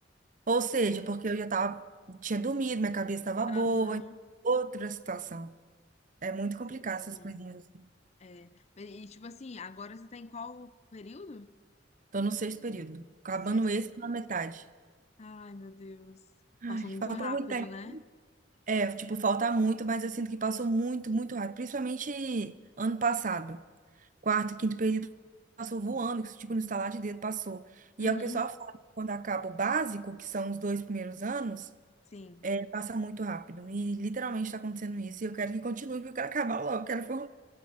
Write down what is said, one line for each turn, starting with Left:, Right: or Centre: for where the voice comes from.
Right: Ou seja, porque eu já tava, tinha dormido, minha cabeça estava boa,
Left: aham.
Right: outra situação. É muito complicado
Left: Sim, sim.
Right: essas coisinhas. assim.
Left: É. E tipo assim, agora você tá em qual período?
Right: Tô no sexto período. Acabando
Left: Sexto.
Right: esse, tô na metade.
Left: Ai, meu Deus.
Right: Ai,
Left: Passou muito
Right: falta
Left: rápido,
Right: muito tempo.
Left: né?
Right: É, tipo, falta muito, mas eu sinto que passou muito, muito rápido. Principalmente ano passado. Quarto, quinto período passou voando, que, tipo, no estalar de dedo passou. E
Left: Uhum,
Right: aí o que o pessoal fala que quando acaba o básico, que são os dois primeiros anos,
Left: sim.
Right: é, passa muito rápido. E literalmente está acontecendo isso. E eu quero que continue, porque eu quero acabar logo, quero formar,